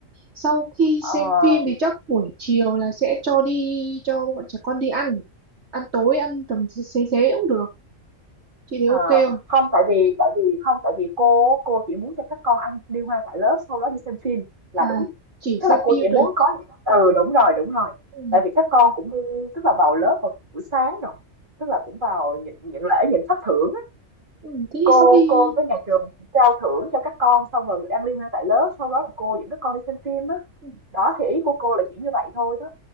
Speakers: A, on the right (about 55°); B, on the right (about 40°).
A: sau khi
B: À,
A: xem phim thì chắc buổi chiều là sẽ cho đi cho bọn trẻ con đi ăn. Ăn tối, ăn tầm xế xế xế cũng được. Chị thấy
B: Ờ,
A: ok không?
B: không, tại vì tại vì không, tại vì cô cô chỉ muốn cho các con ăn liên hoan tại lớp, sau đó đi xem phim là
A: À,
B: đủ.
A: chỉ
B: Tức
A: xem
B: là cô
A: phim
B: chỉ muốn
A: thôi.
B: có ừ đúng rồi, đúng rồi.
A: Ừ.
B: Tại vì các con cũng đi tức là vào lớp vào buổi sáng rồi. Tức là cũng vào những những lễ những phát thưởng á.
A: Ừ. ừ. Thế thì
B: Cô
A: sau khi
B: cô với nhà trường trao thưởng cho các con xong rồi ăn liên hoan tại lớp, sau đó là cô dẫn các con đi xem phim á.
A: ừ,
B: Đó. thì ý của cô là chỉ như vậy thôi đó.